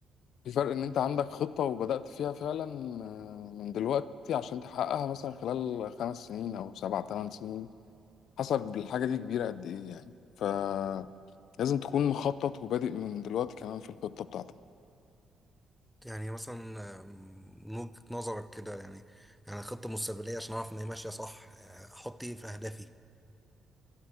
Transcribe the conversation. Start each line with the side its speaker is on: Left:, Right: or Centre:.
Left: في فرق ان انت عندك خطة وبدأت فيها فعلا آه، من دلوقتي عشان تحققها مثلا خلال خمس سنين او سبع ثمان سنين حسب الحاجة دي كبيرة قد ايه يعني فلازم تكون مخطط وبادئ من دلوقتي كمان في الخطة بتاعتك
Centre: يعني مثلا آم، من وجهة نظرك كده يعني يعني خطة مستقبلية عشان أعرف إن هي ماشية صح آه، أحط إيه في أهدافي